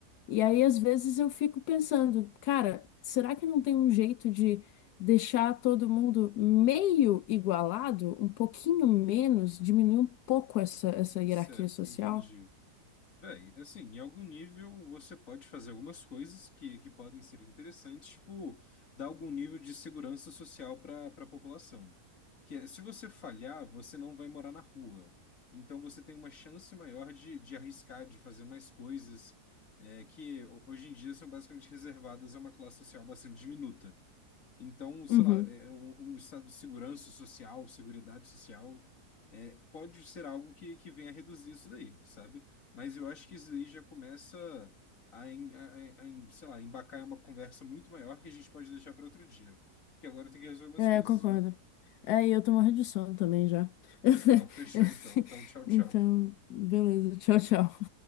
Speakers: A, on the left; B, on the left.
A: E
B: uhum.
A: aí, às vezes, eu fico pensando, cara, será que não tem um jeito de deixar todo mundo meio igualado, um pouquinho menos, diminuir um pouco essa, essa hierarquia
B: Certo,
A: social?
B: entendi. Bem, assim, em algum nível você pode fazer algumas coisas que, que podem ser interessantes, tipo, dar algum nível de segurança social para para a população. Que é, se você falhar, você não vai morar na rua. Então você tem uma chance maior de, de arriscar, de fazer mais coisas, é, que ho- hoje em dia são basicamente reservadas a uma classe social bastante diminuta. Então, sei
A: Uhum.
B: lá, é, o, o estado de segurança social, seguridade social, é, pode ser algo que, que venha a reduzir isso daí, sabe? Mas eu acho que isso daí já começa a, em- a, a- a em- sei lá, embacar em uma conversa muito maior que a gente pode deixar para outro dia. Porque agora eu tenho que resolver umas
A: É,
B: coisas,
A: eu concordo.
B: viu?
A: É, e eu tô morrendo de sono também já. <laughs>
B: Não, <laughs> fechou então. Então, tchau, tchau.
A: Então, beleza, tchau, tchau.